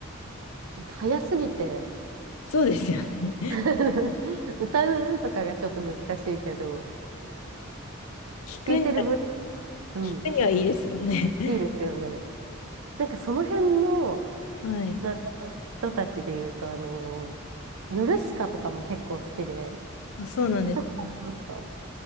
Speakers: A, on the right; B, on the left.
A: なんか早すぎて
B: そうですよね。
A: <laughs> 歌うとかがちょっと難しいけど、
B: 聞くに
A: 聞いてる分、うん、
B: 聞くにはいいですもんね。<laughs>
A: いいですよね。なんかその辺の、
B: はい。
A: なんだろう、人たちで言うと、あの、ヨルシカとかも結構好きで、
B: あ、そうなんです。
A: 聞いたことありますか